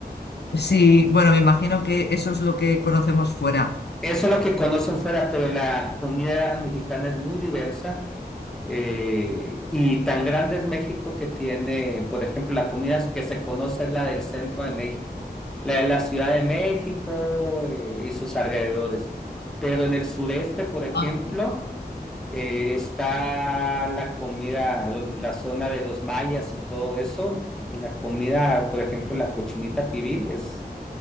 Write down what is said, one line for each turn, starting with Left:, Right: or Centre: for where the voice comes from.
Left: Sí, bueno, me imagino que eso es lo que conocemos fuera.
Centre: Eso es lo que conocen fuera, pero la comida mexicana es muy diversa Eh, y tan grande es México que tiene, por ejemplo, la comida que se conoce es la del centro de México, la de la Ciudad de México eh, y sus alrededores. Pero en el sureste, por ejemplo,
Left: Ah.
Centre: eh, está la comida, donde- la zona de los mayas y todo eso. La comida, por ejemplo, la cochinita pibil es,